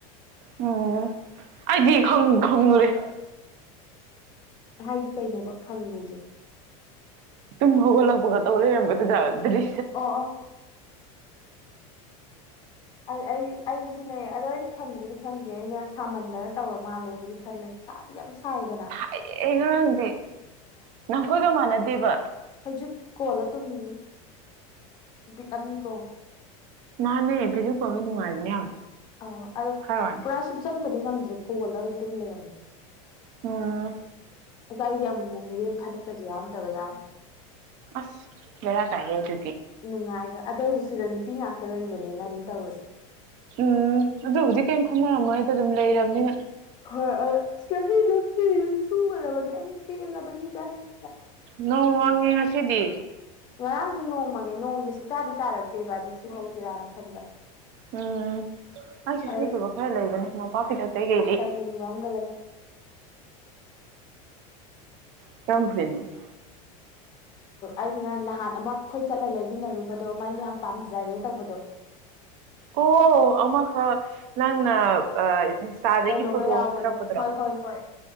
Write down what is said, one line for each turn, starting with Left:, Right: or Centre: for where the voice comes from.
Right: ꯎꯝ ꯑꯩꯗꯤ ꯈꯪ <unintelligible>
Left: ꯍꯥꯏꯗꯤ ꯀꯩꯅꯣꯕ ꯈꯪꯉꯤꯁꯦ
Right: ꯇꯨꯝ ꯍꯧꯒꯠꯂꯛꯄꯒ ꯇꯧꯒ ꯂꯩꯔꯝꯕꯗꯨ꯭ꯔꯤ
Left: ꯑꯣ ꯑꯣ ꯑꯩ ꯑꯩ ꯑꯩꯁꯨꯅꯦ ꯑꯗꯨꯗꯣ ꯑꯩꯗꯤ ꯈꯪꯕꯨꯗꯤ ꯈꯪꯗꯦ ꯑꯩꯅ ꯁꯥꯃꯟꯗꯅ ꯇꯧꯔ ꯃꯥꯜꯂꯦꯕꯨꯗꯤ ꯈꯜꯂꯦ ꯁꯥꯗꯤ ꯌꯥꯝ ꯁꯥꯏꯗꯅ
Right: ꯑꯩ ꯑꯩ ꯉꯔꯥꯡꯗꯤ ꯅꯈꯣꯏꯒ ꯃꯥꯟꯅꯗꯦꯕ
Left: ꯐꯩꯖꯨꯠ ꯀꯣꯜꯂ ꯇꯨꯝꯃꯤꯅꯤ ꯏꯄꯤꯛ ꯑꯃꯅꯤꯀꯣ
Right: ꯃꯥꯟꯅꯦ ꯐꯩꯖꯨꯞ ꯀꯣꯟꯕ ꯅꯨꯡꯉꯥꯏꯕꯅꯦ ꯌꯥꯝ
Left: ꯑ ꯑꯗꯣ
Right: ꯍꯥꯏ ꯋꯥꯅꯦ
Left: ꯄꯨꯔꯥ ꯁꯨꯡꯆꯟꯕꯗꯤ ꯉꯝꯗ꯭ꯔꯦ ꯀꯣꯒꯜ ꯑꯣꯏ ꯇꯨꯝ ꯂꯩꯔꯝꯃꯤ
Right: ꯎꯝ
Left: ꯑꯁ ꯑꯩꯗꯤ ꯑꯃꯨꯛꯃꯨꯛꯅꯤꯕꯦꯝ ꯐꯅꯦꯛꯀꯁꯨ ꯌꯥꯎꯔꯝꯗꯕ ꯌꯥꯎꯔ
Right: ꯑꯁ ꯕꯦꯔꯥ ꯀꯥꯏꯍꯦ ꯑꯗꯨꯗꯤ
Left: ꯅꯨꯡꯉꯥꯏꯒꯔ ꯑꯗꯨꯑꯣꯏꯁꯨ ꯁꯤꯗ ꯅꯨꯄꯤ ꯉꯥꯛꯇ ꯂꯩꯕꯅꯦꯅ ꯑꯗꯨꯝ ꯇꯧꯋꯦ
Right: ꯎꯝ ꯑꯗꯨꯕꯨꯗꯤ ꯀꯩꯝ ꯈꯣꯟꯅꯔꯝꯃꯣꯏꯗ ꯑꯗꯨꯝ ꯂꯩꯔꯕꯅꯤꯅ
Left: ꯍꯣꯏ ꯆꯁꯤꯗ ꯐꯤ ꯁꯨꯒꯗꯕꯅꯦ ꯑꯩ ꯄꯦꯜꯂꯕꯅꯤꯗ ꯍꯦꯛ
Right: ꯅꯣꯡ ꯋꯥꯉꯉꯦ ꯉꯁꯤꯗꯤ
Left: ꯉꯔꯥꯡꯁꯨ ꯅꯣꯡꯃꯉꯦ ꯅꯣꯡꯁꯦ ꯁꯨꯛꯇꯥꯗꯤ ꯇꯥꯔꯛꯇꯦꯕ ꯑꯗꯨ ꯁꯨꯍꯧꯁꯤꯔꯥꯅ ꯈꯟꯕ
Right: ꯎꯝ ꯑꯩꯁꯨ
Left: ꯑꯗꯩ
Right: ꯁꯨꯗꯕ ꯈꯔ ꯂꯩꯕꯅꯦ ꯃꯄꯥꯛꯄꯤꯗꯇꯩꯩꯈꯩꯗꯤ
Left: ꯎꯝ ꯋꯥꯕ ꯂꯩ
Right: <unintelligible>
Left: ꯑꯩꯅ ꯅꯍꯥꯟ ꯑꯃ ꯑꯩꯈꯣꯏ ꯆꯠꯂ ꯂꯩꯃꯤꯟꯅꯔꯨꯕꯗꯣ ꯃꯥꯏꯅ ꯌꯥꯝ ꯄꯥꯝꯖꯔꯦ ꯇꯧꯕꯗꯣ <inaudible>
Right: ꯑꯣ ꯑꯃ ꯈꯛ ꯅꯪꯅ ꯏꯟꯁꯇꯥꯗꯒꯤ
Left: ꯀꯩꯅꯣꯒ
Right: ꯐꯣꯇꯣ
Left: ꯌꯥꯎꯕꯗꯣ
Right: ꯑꯃ ꯊꯥꯔꯛꯄꯗꯨꯔꯣ
Left: ꯍꯣꯏ ꯍꯣꯏ ꯍꯣꯏ